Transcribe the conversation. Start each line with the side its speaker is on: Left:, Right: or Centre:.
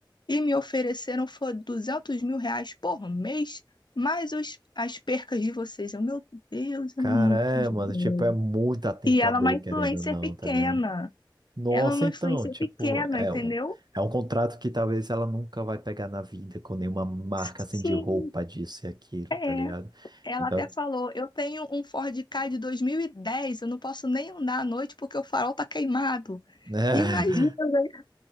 Left: E me ofereceram foi duzentos mil reais por mês, mais os, as percas de vocês. Eu, meu Deus,
Right: cara,
Left: é muito
Right: é,
Left: dinheiro.
Right: mano, tipo, é muito atentador,
Left: E ela é uma influencer
Right: querendo ou não,
Left: pequena.
Right: tá ligado? Nossa,
Left: Ela é uma
Right: então,
Left: influencer
Right: tipo,
Left: pequena,
Right: é
Left: entendeu?
Right: um, é um contrato que talvez ela nunca vai pegar na vida com nenhuma marca
Left: Sim,
Right: assim de roupa disso e aquilo,
Left: é.
Right: tá ligado?
Left: Ela
Right: Então,
Left: até falou: Eu tenho um Ford Ka de 2010, eu não posso nem andar à noite porque o farol tá queimado.
Right: né?
Left: Imagina, né?